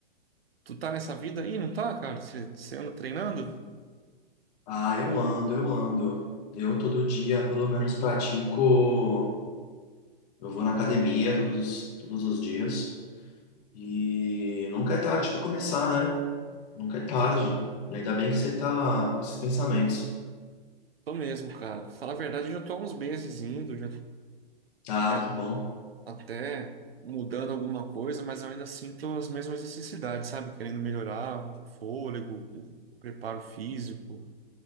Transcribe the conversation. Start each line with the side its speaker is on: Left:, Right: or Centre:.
Right: Tu tá nessa vida aí, não tá, cara? Você você anda treinando?
Left: Ah, eu ando, eu ando. Eu todo dia, pelo menos, pratico. Eu vou na academia todos, todos os dias. E nunca é tarde para começar, né? Nunca é tarde. E ainda bem que você tá com esses pensamentos.
Right: Tô mesmo, cara. Fala a verdade, eu já tô há uns meses indo, já,
Left: Ah,
Right: já
Left: que bom.
Right: até mudando alguma coisa, mas eu ainda sinto as mesmas necessidades, sabe? Querendo melhorar o fôlego, o preparo físico.